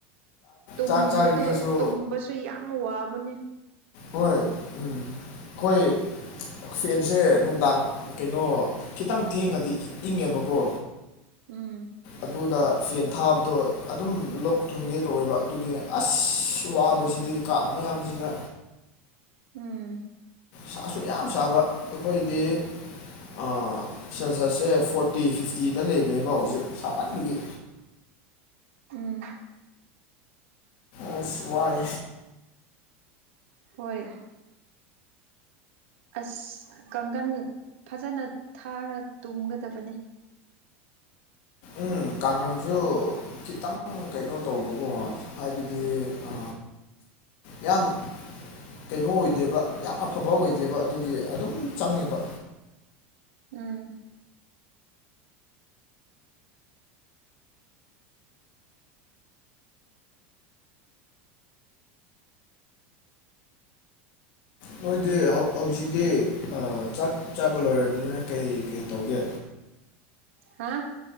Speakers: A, on the right (about 85°); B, on the left (about 50°).
A: ꯇꯨꯝꯕꯗꯣ
B: ꯆꯥꯛ ꯆꯥꯔꯤꯉꯩꯁꯨ
A: ꯇꯨꯝꯕꯁꯨ ꯌꯥꯝ ꯋꯥꯕꯅꯦ
B: ꯍꯣꯏ ꯎꯝ ꯑꯩꯈꯣꯏ ꯐꯦꯟꯁꯦ ꯅꯨꯡꯗꯥꯡ ꯀꯩꯅꯣ ꯈꯤꯇꯪ ꯊꯦꯡꯉꯗꯤ ꯏꯪꯉꯦꯕꯀꯣ
A: ꯎꯝ
B: ꯑꯗꯨꯗ ꯐꯦꯟ ꯊꯥꯕꯗꯣ ꯑꯗꯨꯝ ꯂꯣꯛ ꯊꯨꯡꯒꯦ ꯇꯧꯋꯦꯕ ꯑꯗꯨꯒꯤ ꯑꯁ ꯋꯥꯕꯁꯤꯗꯤ ꯀꯥꯔ ꯃꯌꯥꯝꯁꯤꯅ
A: ꯎꯝ
B: ꯁꯥꯁꯨ ꯌꯥꯝ ꯁꯥꯕ ꯑꯩꯈꯣꯏꯗꯤ ꯑ ꯁꯦꯁ ꯁꯦ ꯐꯣꯔꯇꯤ ꯐꯤꯐꯇꯤ ꯗꯂꯩꯕꯅꯤꯀꯣ ꯍꯨꯖꯤꯛ ꯁꯥꯃꯟꯈꯤ
A: ꯎꯝ
B: ꯑꯁ ꯋꯥꯏ
A: ꯍꯣꯏ ꯑꯁ ꯀꯥꯡꯒꯟ ꯐꯖꯅ ꯊꯥꯔ ꯇꯨꯝꯒꯗꯕꯅꯤ
B: ꯎꯝ ꯀꯥꯡꯈꯜꯁꯨ ꯈꯤꯇꯪ ꯀꯩꯅꯣ ꯇꯧꯕꯀꯣ ꯍꯥꯏꯕꯗꯤ ꯑ ꯌꯥꯝ ꯀꯩꯅꯣ ꯑꯣꯏꯗꯦꯕ ꯌꯥꯝ ꯑꯐꯕ ꯑꯣꯏꯗꯦꯕ ꯑꯗꯨꯒꯤ ꯑꯗꯨꯝ ꯆꯪꯉꯦꯕ
A: ꯎꯝ
B: ꯃꯣꯏꯗꯤ ꯍꯧꯖꯤꯛꯇꯤ ꯆꯥꯛ ꯆꯥꯕ ꯂꯣꯏꯔꯕꯅꯤꯅ ꯀꯩ ꯀꯩ ꯇꯧꯒꯦ
A: ꯍꯥꯥ